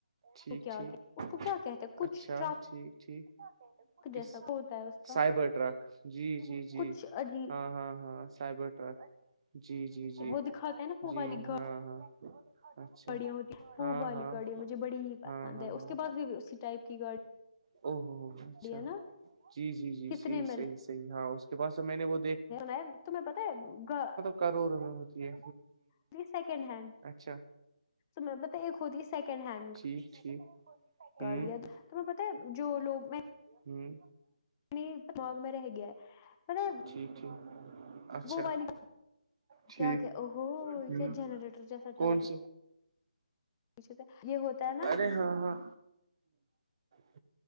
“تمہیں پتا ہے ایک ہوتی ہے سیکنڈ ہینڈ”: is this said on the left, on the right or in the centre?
Left